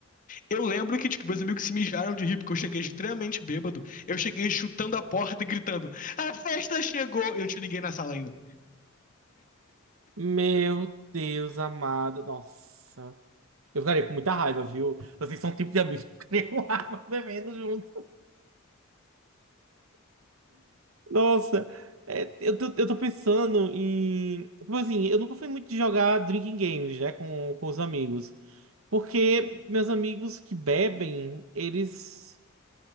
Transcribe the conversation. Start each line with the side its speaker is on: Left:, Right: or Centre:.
Left: Eu lembro que, tipo, meus amigos se mijaram de rir, porque eu cheguei extremamente bêbado. Eu cheguei chutando a porta e gritando: A festa chegou! Eu não tinha ninguém na sala ainda.
Right: Meu Deus amado. Nossa. Eu ficaria com muita raiva, viu? Vocês são o tipo de amigos que <laughs> eu ficaria com raiva <laughs> bebendo junto. Nossa, é, eu tô, eu tô pensando em. Tipo assim, eu nunca fui muito de jogar drinking games, né, com, com os amigos. Porque meus amigos que bebem, eles.